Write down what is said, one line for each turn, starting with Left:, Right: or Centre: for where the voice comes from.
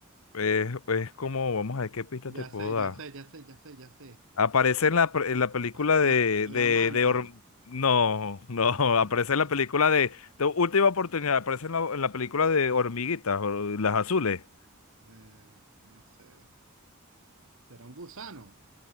Left: Es, es como, vamos a ver qué pista
Right: Ya
Left: te puedo
Right: sé, ya
Left: dar.
Right: sé, ya sé, ya sé, ya sé.
Left: Aparece en la, pre- en la película
Right: La,
Left: de,
Right: la,
Left: de,
Right: la amante.
Left: de Or- No, no,
Right: Ah,
Left: <laughs> aparece
Right: no,
Left: en la película
Right: no sé.
Left: de, de Última Oportunidad, aparece en la, en la película de Hormiguitas, o las azules.
Right: Eh, no sé. ¿Será un gusano?